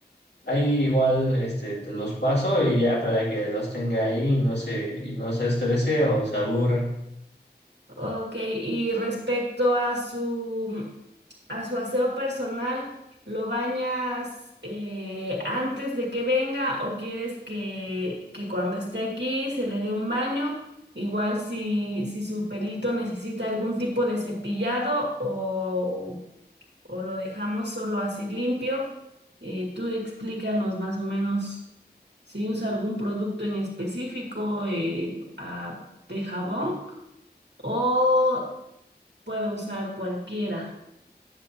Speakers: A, on the left (about 75°); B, on the right (about 85°).
A: ahí igual este, te los paso y ya para que los tenga ahí y no se, y no se estrese o se aburra.
B: Ok, y respecto a su a su aseo personal, ¿lo bañas eh, antes de que venga o quieres que, que cuando esté aquí se le dé un baño? Igual si, si su pelito necesita algún tipo de cepillado o, o lo dejamos solo así limpio, eh, tú explícanos más o menos si usa algún producto en específico eh, a- de jabón. O puedo usar cualquiera.